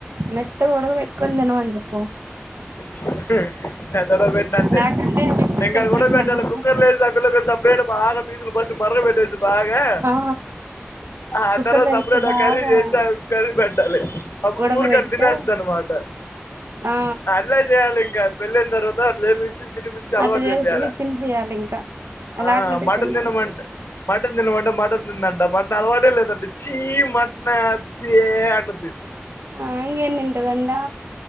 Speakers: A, on the right; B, on the left.
A: మెత్తగ ఉడక పెట్టుకొని తినమని చేప్
B: హు సండే రోజు పెట్టిన అంతే
A: లేకుంటే మిక్సీ
B: ఇంకా
A: కొట్టుకొని
B: అది ఉడక పెట్టాలి
A: తినమను
B: కుక్కర్ లేసి ఆ పిల్లకు సపరేట్ బాగ్ ఫస్ట్ మరుగ పెట్టేసి బాగా
A: ఆ
B: ఆ
A: కుక్కర్
B: తరువాత
A: లో
B: సపరేట్
A: వేసి
B: గ
A: బాగా
B: కరీ చేస్ కరి పెట్టాలి అప్పుడు
A: ఉడకబెడితే
B: ఊరు కన్ తినేస్తదన్నమాట
A: ఆ
B: అట్లనే చేయాలి ఇంకా పెళ్ళయిన తర్వాత లేపిస్ తినిపిచ్చి అలవాటు
A: అట్ట చేసి
B: చెపియాలే
A: తినిపియాలి ఇంకా
B: ఆ
A: లేకుంటే
B: మటన్
A: తినదు
B: తినమంటే మటన్ తినమంటే మటన్ తిందంట మటన్ అలవాటే లేదండి చీ మటన బె అంటుంది
A: ఆ ఇంగేం తింటదన్నా